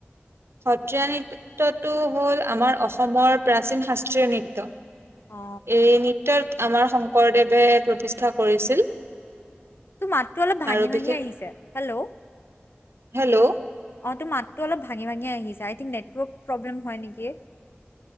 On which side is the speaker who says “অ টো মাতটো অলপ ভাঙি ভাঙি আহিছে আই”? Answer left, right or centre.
Left